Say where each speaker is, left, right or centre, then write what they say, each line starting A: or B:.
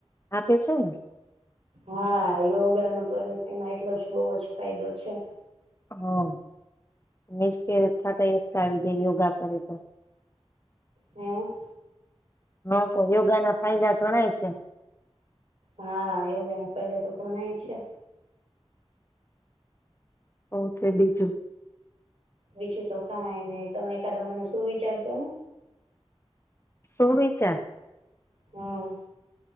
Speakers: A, on the left (about 25°); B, on the right (about 90°).
A: આપે છે ને
B: હા યોગાનો તો એમાં એટલો જ બઉુ જ ફાયદો છે.
A: હા. મિસ કે અચછા થ ક આવીધે યોગા કરે તો
B: હમ.
A: હ તો યોગા ના ફાયદા ઘણાય છે.
B: હા યોગાના ફાયદા તો ઘણાય જ છે.
A: ઓ છે બીજું
B: બીજું તો કઈ નહી તમે એકાદો મને શું વિચારતો ને
A: સોમ છે.
B: હમ.